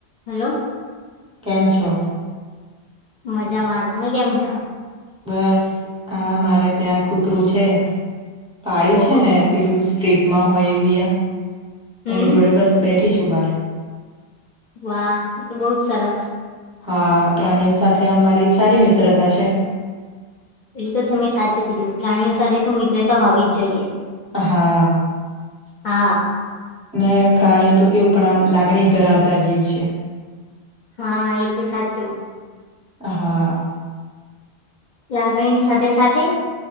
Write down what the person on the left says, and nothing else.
Hello
મજામાં, તમે કેમ છો?
ઓહો
હમ
વાહ એ તો બઉ જ સરસ.
એ તો તમે સાચું કીધું પ્રાણીઓ સાથે તો મિત્રતા હોવી જ જોઈએ.
હા
હા એ તો સાચું
લાગણીની સાથે સાથે